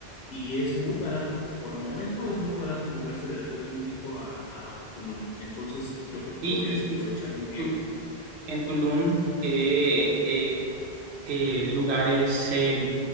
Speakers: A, on the left; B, on the right.
A: y es muy barato, por el momento es muy barato moverse de la Ciudad de México a, a Tulum. Entonces yo creo que
B: Y,
A: podrías
B: y tú-
A: aprovechar muy bien.
B: tú- en Tulum qué eh, eh, lugares eh,